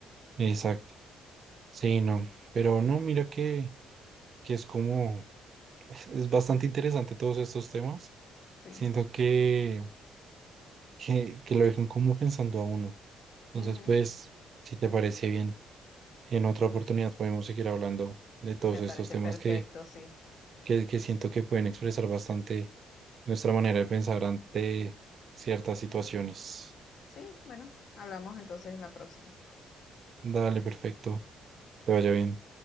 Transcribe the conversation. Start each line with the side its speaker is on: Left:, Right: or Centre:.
Right: exacto. Sí, no. Pero no, mira que, que es como, es bastante interesante todos estos temas.
Left: Sí.
Right: Siento que... que, que lo dejan como pensando a uno. Entonces,
Left: Ujú.
Right: pues, si te parece bien, en otra oportunidad podemos seguir hablando de todos
Left: Me
Right: estos
Left: parece
Right: temas
Left: perfecto,
Right: que,
Left: sí.
Right: que, que siento que pueden expresar bastante nuestra manera de pensar ante ciertas situaciones.
Left: Sí, bueno, hablamos entonces la próxima.
Right: Dale, perfecto. Te vaya bien.